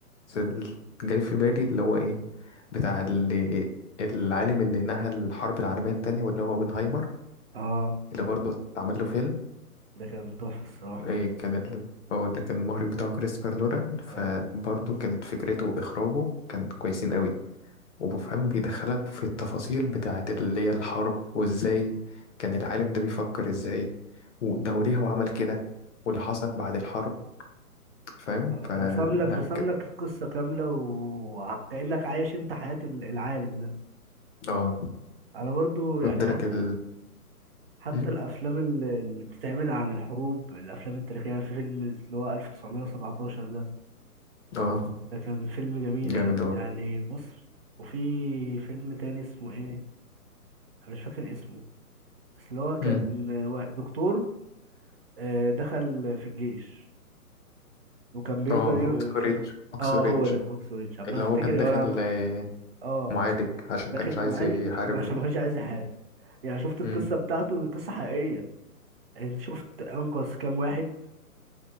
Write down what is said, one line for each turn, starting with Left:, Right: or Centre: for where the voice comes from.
Left: بس ال- جاي في بالي اللي هو إيه بتاع اللي العالم اللي نهى الحرب العالمية التانية واللي هو اوبنهايمر
Right: اه
Left: اللي برضه اتعمل له فيلم
Right: ده كان تحفه الصراحه
Left: إيه كان ال... هو اللي كان المخرج بتاعه كريستوفر نولان فبرضه
Right: اه
Left: كانت فكرته وإخراجه كان كويسين قوي وبفهم بيدخلك في التفاصيل بتاعة اللي هي الحرب وإزاي كان العالم ده بيفكر إزاي وده وليه هو عمل كده واللي حصل بعد الحرب فاهم
Right: آه،
Left: ف
Right: رسم لك
Left: لا
Right: رسم
Left: كده
Right: لك القصه كامله وكانك عايش انت حياه ال- العالم ده
Left: اه
Right: انا برضو يعني
Left: وادالك
Right: حتى
Left: ال
Right: حتى
Left: مم؟
Right: الافلام ال- اللي بتتعمل عن الحروب الافلام التاريخيه يعني في فيلم اللي هو 1917 ده
Left: اه
Right: ده كان فيلم جميل
Left: جامد
Right: انا
Left: أوي
Right: يعني بص وفي فيلم تاني اسمه ايه انا مش فاكر اسمه بس اللي هو كان
Left: مم.
Right: وا- دكتور آه، دخل في الجيش وكان بيفضل
Left: اه هوكس
Right: ي... كان
Left: ريدج
Right: بي...
Left: هوكس
Right: اه
Left: ريدج
Right: هو ده هوكس وريدج عمال
Left: اللي
Right: افتكر
Left: هو كان داخل
Right: ولا عم...
Left: آه،
Right: اه
Left: معالج عشان
Right: داخل
Left: كانش
Right: معالج
Left: عايز يحارب
Right: عشان ما كانش عايز يحارب
Left: مم.
Right: يعني شفت القصه
Left: مم.
Right: بتاعته دي قصه حقيقيه انت شفت انقذ كام واحد